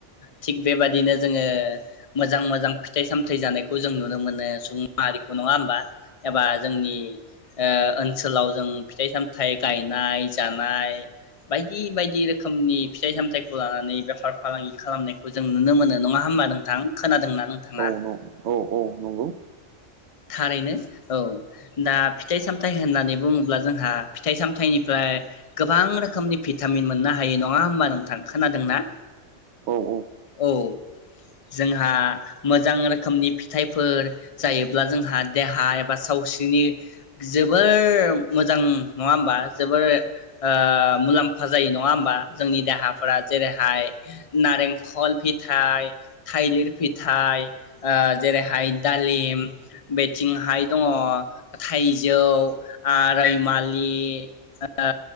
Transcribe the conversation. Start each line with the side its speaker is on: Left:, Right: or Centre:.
Left: थिग बेबादिनो जोङो मोजां मोजां फिथाइ सामथाइ जानायखौ जों नुनो मोनो सुबुं माहारिखौ नङा होमबा एबा जोंनि ओ ओनसोलाव जों फिथाइ सामथाइ गायनाय जानाय बायदि बायदि रोखोमनि फिथाइ-सामथाइखौ लानानै बेफार फालांगि खालामनायखौ जों नुनो मोनो नङा होमबा नोंथां, खोनादोंना? नोंथाङा
Right: औ न' औ औ नंगौ।
Left: थारैनो औ दा फिथाइ सामथाइ होननानै बुङोब्ला जोंहा फिथ फिथाइ-सामथाइनिफ्राय गोबां रोखोमनि भिटामिन मोननो हायो नङा होमबा नोंथां खोनादोंना
Right: औ
Left: औ जोंहा मोजां रोखोमनि फिथाइफोर जायोब्ला जोंहा देहा एबा सावस्रिनि जोबोर मोजां नङा होमबा जोबोर ओ मुलाम्फा जायो नङा होमबा जोंनि देहाफोरा जेरैहाय नारेंखल फिथाइ थाइलिर फिथाइ ओ जेरैहाय दालिम बेथिंहाय दङ थाइजौ आ रैमालि नि ओह